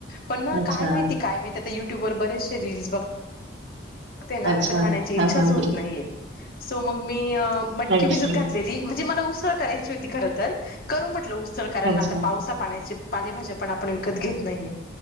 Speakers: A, on the left; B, on the right.
A: पणना
B: अच्छा
A: काय माहिती काय मी तेआता युट्यूबर बरेचशे रील्स बघ घ्तेना
B: अच्छा
A: च खाण्याची इच्छाच
B: हा हा
A: होत
B: हा
A: नाहीये. सो मगमी अ मटकी
B: अच्छा
A: भिजत घातलेली म्हंजे मला उसळ करायची होती खरंतर करू म्हटलं उस सळ कारण
B: अच्छा
A: आता पावसा पाण्याचे पालेभाज्या पण आपण विकत घेत नाहीये